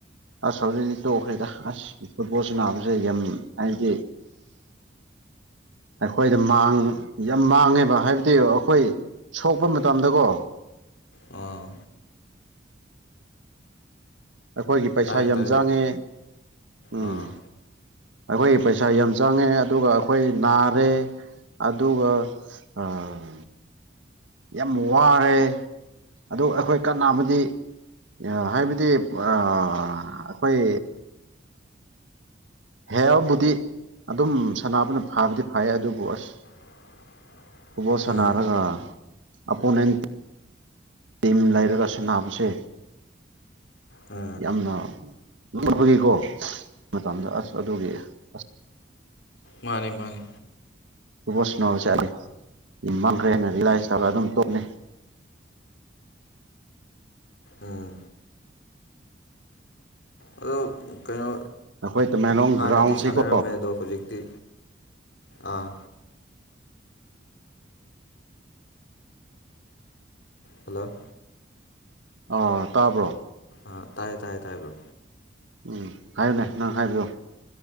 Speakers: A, on the right; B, on the left.
A: ꯑꯁ ꯍꯧꯖꯤꯛꯇꯤ ꯇꯣꯛꯈ꯭ꯔꯦꯗ ꯑꯁ ꯐꯨꯠꯕꯣꯜ ꯁꯥꯅꯕꯁꯦ ꯌꯥꯝ ꯍꯥꯏꯗꯤ ꯑꯩꯈꯣꯏꯗ ꯃꯥꯡ ꯌꯥꯝ ꯃꯥꯡꯉꯦꯕ ꯍꯥꯏꯕꯗꯤ ꯑꯩꯈꯣꯏ ꯁꯣꯛꯄ ꯃꯇꯝꯗꯀꯣ
B: ꯑꯥ
A: ꯑꯩꯈꯣꯏꯒꯤ ꯄꯩꯁꯥ
B: ꯇꯥꯔꯦ
A: ꯌꯥꯝ
B: ꯇꯥꯔꯦ
A: ꯆꯥꯡꯉꯦ
B: ꯕ꯭ꯔꯣ
A: ꯎꯝ
B: ꯑꯥ
A: ꯑꯩꯈꯣꯏꯒꯤ ꯄꯩꯁꯥ ꯌꯥꯝ ꯆꯪꯉꯦ ꯑꯗꯨꯒ ꯑꯩꯈꯣꯏ ꯅꯥꯔꯦ ꯑꯗꯨꯒ ꯑꯝ ꯌꯥꯝ ꯋꯥꯔꯦ ꯑꯗꯨ ꯑꯩꯈꯣꯏ ꯀꯥꯟꯅꯕꯗꯤ ꯑ ꯍꯥꯏꯕꯗꯤ ꯑꯥ ꯑꯩꯈꯣꯏ ꯍꯦꯑꯕꯨꯗꯤ ꯑꯗꯨꯝ ꯁꯥꯟꯅꯕꯅ ꯐꯕꯨꯗꯤ ꯐꯩꯌꯦ ꯑꯗꯨꯕꯨ ꯑꯁ
B: <inaudible>
A: ꯐꯨꯕꯣꯜ ꯁꯅꯥꯔꯒ
B: ꯎꯝ
A: ꯑꯄꯣꯅꯦꯟ ꯇꯤꯝ ꯂꯩꯔꯒ ꯁꯨꯅꯥꯕꯁꯦ
B: ꯎꯝ
A: ꯌꯥꯝꯅ ꯂꯕꯒꯤꯀꯣ ꯃꯇꯝꯗ ꯑꯁ ꯑꯗꯨꯒꯤ ꯑꯁ
B: ꯃꯥꯅꯤ ꯃꯥꯅꯤ
A: ꯐꯨꯕꯣꯜ ꯁꯥꯟꯅꯕ ꯆꯠꯂꯦ ꯃꯥꯡꯈ꯭ꯔꯦꯅ ꯔꯤꯂꯥꯏꯁ ꯇꯧꯔꯒ ꯑꯗꯨꯝ ꯇꯨꯝꯃꯦ
B: ꯎꯝ ꯑꯗꯣ ꯀꯩꯅꯣ
A: ꯑꯩꯈꯣꯏ ꯇꯃꯦꯡꯂꯣꯡ
B: ꯍꯥꯟꯅꯗꯤ
A: ꯒ꯭ꯔꯥꯎꯟꯁꯤꯀꯣ
B: ꯁꯥꯟꯅꯔꯝꯃꯦ ꯑꯗꯣ ꯍꯧꯖꯤꯛꯇꯤ ꯑꯥ ꯍꯜꯂꯣ
A: ꯑ ꯇꯥꯕ꯭ꯔꯣ
B: ꯑꯥ ꯇꯥꯏꯌꯦ ꯇꯥꯏꯌꯦ ꯇꯥꯏ ꯕ꯭ꯔꯣ
A: ꯎꯝ ꯍꯥꯏꯌꯨꯅꯦ ꯅꯪ ꯍꯥꯏꯕꯤꯌꯣ